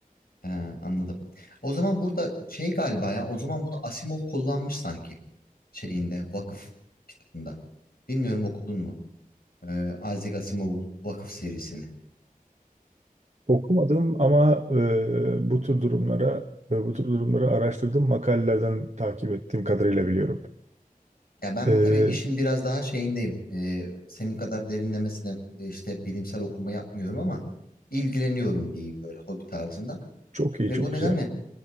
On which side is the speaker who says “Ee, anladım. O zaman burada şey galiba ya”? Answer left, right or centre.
Left